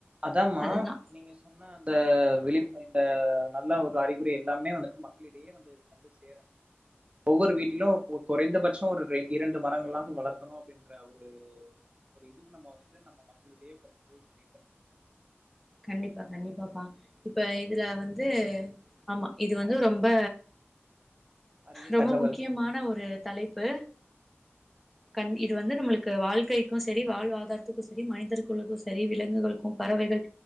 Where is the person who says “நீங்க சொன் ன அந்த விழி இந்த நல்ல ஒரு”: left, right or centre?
Right